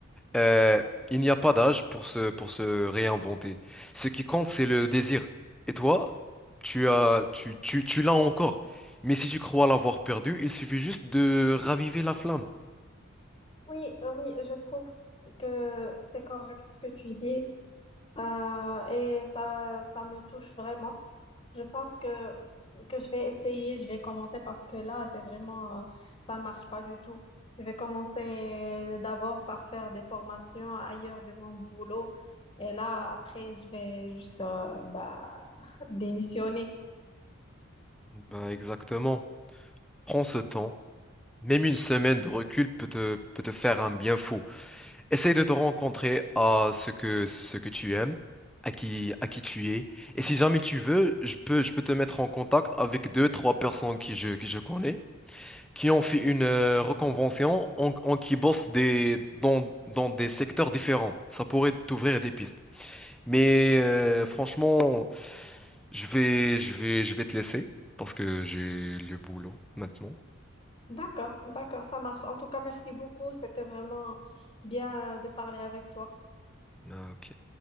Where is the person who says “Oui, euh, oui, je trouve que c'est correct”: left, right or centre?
Left